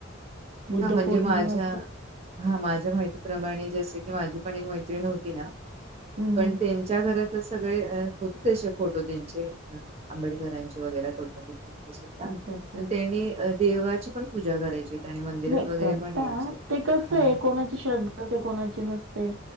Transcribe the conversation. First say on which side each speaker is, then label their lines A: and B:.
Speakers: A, on the right; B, on the right.
A: बुद्ध
B: हा म्हणजे
A: पौर्णिमा
B: माझ्या
A: असते.
B: हा माझ्या माहितीप्रमाणे जस की माझी पण एक मैत्रिणी होती ना
A: हं,
B: पण
A: हं.
B: त्यांच्या घरात. सगळे होते त्याचे फोटो त्यांचे आंबेडकरांचे वगैरे कुत कुत
A: अच्छा, अच्छा.
B: पण त्यांनी देवाची पण पूजा करायची. आणि मंदिरात
A: नाही
B: वगैरे
A: करता
B: पण यायचे
A: ते कस
B: हा
A: आहे कोणाची श्रद्धा तसे कोणाचे नसते